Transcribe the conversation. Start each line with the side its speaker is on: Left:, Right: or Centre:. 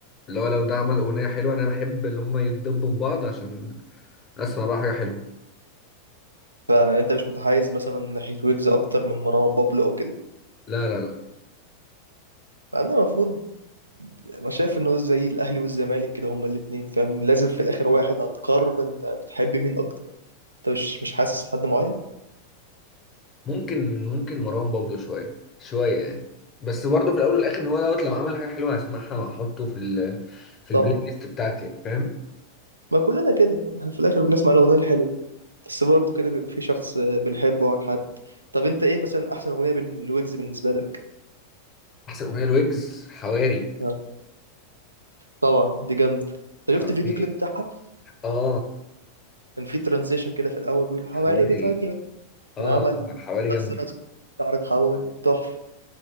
Left: اللي هو لو ده عمل اغنيه حلوه انا بحب ان هم يتدبوا في بعض عشان اسمع بقى حاجه حلوه
Right: يعني انت مش متحيز مثلا من ناحية ويجز اكتر من مروان بابلو او كده
Left: لا لا لا
Right: مع ان المفروض انا شايف انه زي الاهلي والزمالك كده هما الاثنين فاهم لازم في الاخر واحد هتقرر انت بتحب مين اكتر انت مش مش حاسس حد معين
Left: ممكن ممكن مروان بابلو شويه شويه يعني بس برضه في الاول والاخر ان هو دوت لو عمل حاجه حلوه هسمعها واحطه في ال في البلاي
Right: طبعا
Left: ليست بتاعتي فاهم
Right: ما كلنا كده احنا في الاخر بنسمع الاغنيه الحلوه بس برضه كده بيبقى في شخص آه، بنحبه عن حد طب انت ايه مثلا احسن اغنيه بين لويجز بالنسبه لك
Left: احسن اغنيه لويجز حواري
Right: آه، طبعا دي جامده انت
Left: حواري
Right: شفت الفيديو كليب بتاعها
Left: اه
Right: كان في ترانزيشن كده في الاول بيقول حواري
Left: حواري
Right: بتودي وين؟ كان
Left: اه
Right: عمل
Left: حواري جامده
Right: رز رز شعر اتحول تحفه